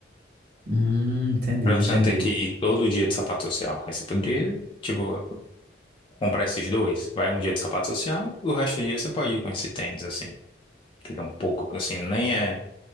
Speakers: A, on the right (about 55°); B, on the left (about 25°).
A: Hum, entendi,
B: Pra
A: entendi.
B: você não ter que ir todo dia de sapato social. Aí você poderia, tipo, comprar esses dois. Vai um dia de sapato social, o resto do dia você pode ir com esse tênis, assim. Que ele é um pouco, assim, nem é.